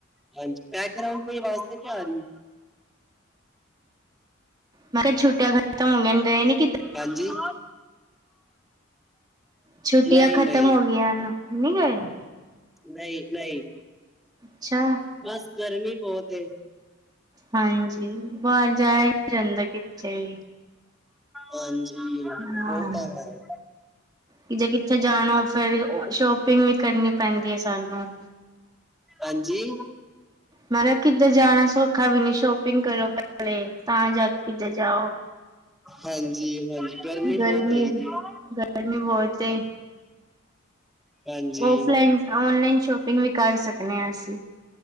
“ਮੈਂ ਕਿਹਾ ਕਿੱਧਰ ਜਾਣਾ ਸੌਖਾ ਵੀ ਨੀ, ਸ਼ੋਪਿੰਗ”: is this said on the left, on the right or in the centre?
Right